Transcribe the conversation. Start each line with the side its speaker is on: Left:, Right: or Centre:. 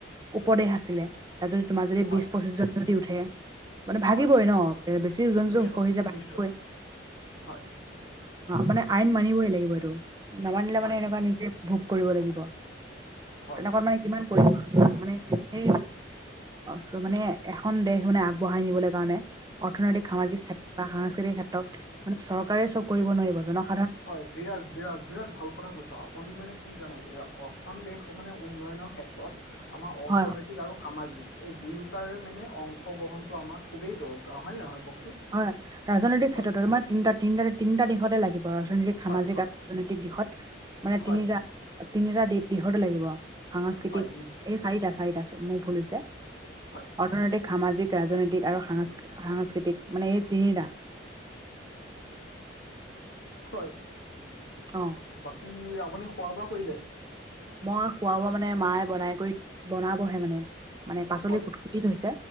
Right: উপদেশ আছিলে, তাত যদি তোমাৰ যদি
Left: হয়
Right: বিশ পঁচিশ জন যদি উঠে মানে ভাগিবই
Left: হয়
Right: ন, বেছি ওজন
Left: নিশ্চয়
Right: যে হৈ যায় ভাগিবই।
Left: নিশ্চয় হয়
Right: মানে আইন মানিবই লাগিব এইটো, নামানিলে
Left: হয়
Right: মানে এনেকুৱা নিজে ভোগ কৰিব লাগিব,
Left: হয়
Right: তেনেকুৱা মানে কিমান কৰিব আও চব মানে সে চ মানে এখন দেশ মানে আগবঢ়াই নিবলে কাৰণে অৰ্থনৈতিক, সামাজিক
Left: হয়
Right: ক্ষেত্ৰ বা সাংস্কৃতিক ক্ষেত্ৰত মানে চৰকাৰে চব কৰিব নোৱাৰিব জনক
Left: হয় বিৰাল বিৰাট বিৰাট ভাল কথা কৈছ, আপুনি মানে কি জানে এ অসম দেশ মানে উন্নয়নৰ ক্ষেত্ৰত আমাৰ অৰ্থনৈতিক
Right: হয় হয়।
Left: আৰু সামাজিক এই দুয়োটাৰে মানে অংশগ্ৰহণটো আমাৰ খুবেই দৰকাৰ। হয় নে নহয় কওকচোন?
Right: হয় ৰাজনৈতিক
Left: হয়
Right: ক্ষেত্ৰটো, তোমাৰ তিনিটা তিনি তিনিটা দিশতে লাগিব ৰাজনৈতিক সামাজিক
Left: হয় হয়
Right: আৰু ৰাজনৈতিক দিশত মানে
Left: হয়
Right: তিনিটা তিনিটা দি দিশটো লাগিব। সাংস্কৃতিক
Left: হয় নিশ্চয়
Right: এই চাৰিটা চাৰিটা চ মোৰ ভুল হৈছে
Left: হয়
Right: অৰ্থনৈতিক সামাজিক ৰাজনৈতিক আৰু সাংস সাংস্কৃতিক মানে এই তিনিটা
Left: হয়।
Right: অঁ।
Left: বাকী আপুনি খোৱা বোৱা কৰিলে?
Right: মই খোৱা বোৱা মানে মায়ে বনাই কৰি বনাবহে মানে। মানে পাচলি
Left: হয়
Right: কুটকুটি থৈছে,